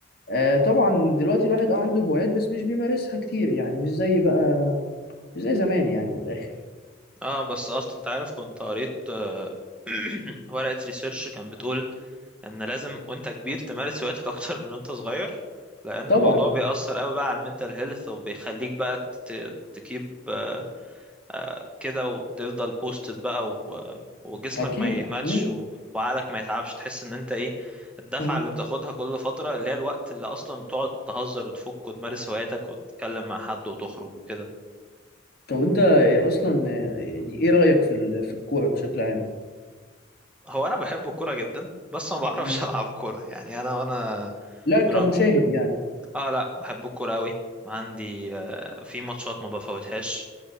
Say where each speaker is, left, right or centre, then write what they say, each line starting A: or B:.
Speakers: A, on the left; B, in the centre.
A: آه، طبعا دلوقتي الواحد اه عنده هوايات بس مش بيمارسها كتير يعني مش زي بقى مش زي زمان يعني من الآخر
B: اه بس أصلا أنت عارف كنت قريت آه، <clears throat> ورقة ريسيرش كان بتقول ان لازم وانت كبير تمارس هواياتك <laughs> اكتر من وانت صغير لان
A: طبعا
B: الموضوع بيأثر قوي بقى على المينتال هيلث وبيخليك بقى ت- تكيب آه، آه، كده وتفضل بوستد بقى و- وجسمك
A: أكيد
B: ما يهمتش
A: مم.
B: و- وعقلك ما يتعبش تحس ان انت ايه الدفعة
A: مم.
B: اللي بتاخدها كل فترة اللي هي الوقت اللي اصلا بتقعد تهزر وتفك وتمارس هواياتك وتتكلم مع حد وتخرج وكده
A: طب أنت إيه أصلا آه، يعني إيه رأيك في ال- في الكورة بشكل عام؟
B: هو انا بحب الكورة جدا بس ما بعرفش
A: مم.
B: <laughs> العب كورة يعني انا وانا
A: لا كمشاهد
B: من
A: يعني
B: اه لا بحب الكورة أوي عندي آه، في ماتشات ما بفوتهاش